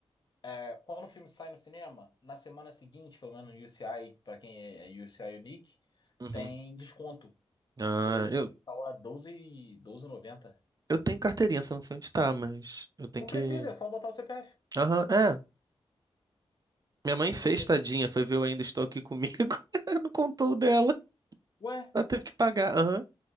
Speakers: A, on the left; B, on the right.
A: é, quando o filme sai no cinema, na semana seguinte, pelo menos no UCI, pra quem é é UCI Unique,
B: Uhum.
A: tem desconto.
B: Ah,
A: E aí, tipo,
B: eu,
A: ele tá doze 12, 12,90.
B: eu tenho carteirinha, só não sei onde tá, mas eu tenho
A: Não
B: que.
A: precisa, é só botar o CPF.
B: Aham, é. Minha mãe
A: Botou
B: fez,
A: o CPF.
B: tadinha, foi ver Eu Ainda Estou Aqui Comigo. <laughs> Não contou o dela.
A: Ué,
B: Ela teve que pagar. Aham.